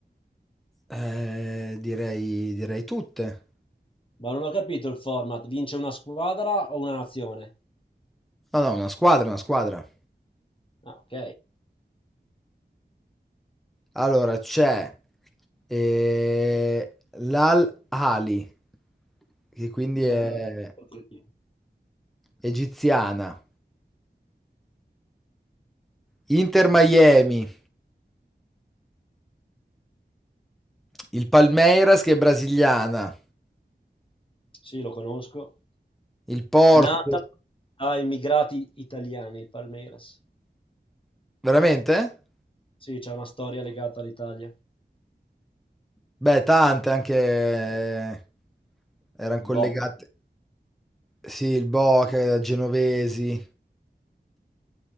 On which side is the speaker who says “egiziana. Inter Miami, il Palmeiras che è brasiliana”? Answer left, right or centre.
Centre